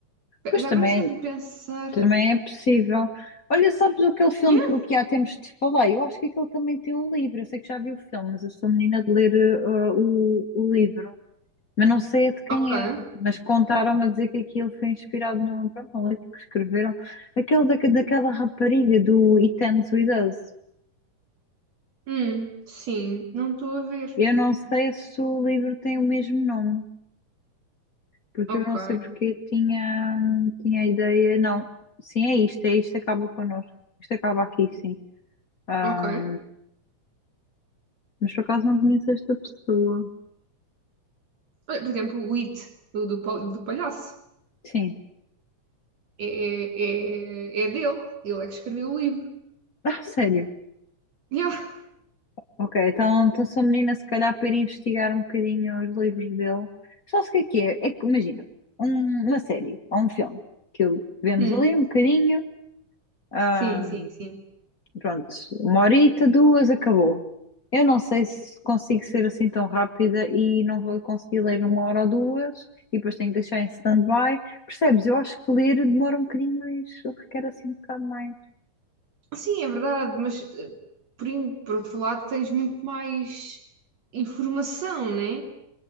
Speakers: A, on the left (about 45°); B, on the right (about 60°).
A: Pois
B: Já
A: também,
B: agora deixa-me pensar.
A: também é possível. Olha, sabes aquele filme
B: Yeah,
A: que eu aqui há tempos te falei? Eu acho que aquele também tem um livro. Eu sei que já vi o filme, mas eu sou menina de ler ah, o, o livro. Mas não sei de quem
B: Ok.
A: é, mas contaram-me a dizer que aquilo foi inspirado num, pronto, num livro que escreveram, aquele da, daquela rapariga do It Ends With Us.
B: Hum, sim, não estou a ver.
A: Eu não sei se o livro tem o mesmo nome, porque
B: Ok.
A: eu não sei porque tinha, tinha a ideia, não, sim, é isto, é isto, acaba connosco, isto acaba aqui, sim. Ah,
B: Ok.
A: mas por acaso não conheço esta pessoa.
B: Olha, Por exemplo, o It, do, do, pal- do palhaço,
A: Sim.
B: é, é, é é dele. Ele é que escreveu o livro.
A: Ah, sério?
B: Yeah.
A: Ok, então, então sou menina, se calhar, para ir investigar um bocadinho os livros dele. Só se o que é que é? É que, imagina, um- uma série ou um filme que eu- vemos
B: Hum.
A: ali um bocadinho, ah,
B: Sim, sim, sim.
A: pronto, uma horita, duas, acabou. Eu não sei se consigo ser assim tão rápida e não vou conseguir ler uma hora ou duas e depois tenho que deixar em stand-by. Percebes? Eu acho que ler demora um bocadinho mais, requer assim um bocado mais
B: Sim, é verdade, mas eh, por, in- por outro lado tens muito mais informação, né?